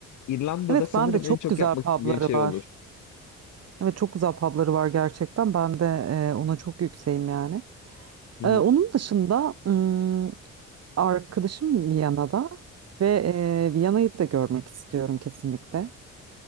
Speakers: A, on the left; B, on the right.
A: İrlanda'da
B: Evet
A: sanırım
B: ben de çok
A: en çok
B: güzel
A: yapmak
B: pubları
A: isteyeceğim şey
B: var.
A: olur.
B: Evet çok güzel pubları var gerçekten. Ben de e, ona çok yükseğim yani.
A: Hı
B: E,
A: hı.
B: onun dışında ım, arkadaşım Viyana'da ve e, Viyana'yı da görmek istiyorum kesinlikle.